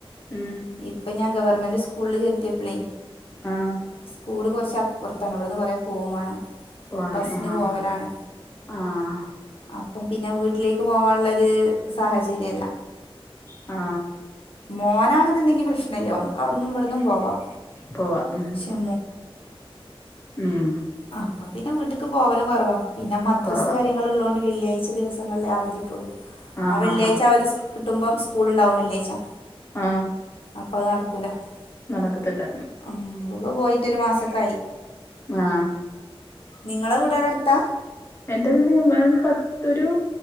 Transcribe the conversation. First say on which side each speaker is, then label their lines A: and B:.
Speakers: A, on the left; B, on the left.
A: ഉം
B: ഇപ്പൊ ഞാൻ ഗവൺമെന്റ് സ്കൂളിൽ ചെത്തിയപ്പോള്
A: ആഹ
B: സ്കൂൾകുറച്ച് അപ്പുറത്താണ് ഇവിടുന്ന് കൊറ പോകവും വേണം
A: പോണം
B: ബസിന്
A: ആഹ്
B: പോവലാണ്
A: ആഹ്
B: അപ്പം പിന്നെ വീട്ടിലേക്ക് പോവാനുള്ളരു സാഹചര്യല്ല
A: ആ
B: മോനാണെന്നുണ്ടെങ്കി പ്രശ്നമില്ല അവിടന്നും ഇവിടന്നും പോവാം
A: പോവാ ഉ
B: പക്ഷെ
A: ഉം
B: ആ അപ്പ പിന്നെ വീട്ടക്ക് പോവലും കുറവാ പിന്നെ മദ്രസ
A: കൊറവാ
B: കാര്യ <unintelligible> വെള്ളിയാഴ്ച ദിവസങ്ങളിൽ അവധിട്ടുള്ളൂ
A: ആഹ്
B: ആ വെള്ളിയാഴ്ച
A: ആഹ് ആഹ്
B: അവര് കിട്ടുമ്പോ സ്കൂൾ ഉണ്ടാവു വെള്ളിയാഴ്ച്ചാ
A: ആഹ്
B: അപ്പ അത് നടക്കൂല
A: നടക്കത്തില്ല
B: <inaudible> പോയിട്ടരു മാസക്കയി
A: ആഹ്
B: നിങ്ങളെവീട് അവിടെ അടുത്ത
A: എന്റെ വീട് പത്തൊരു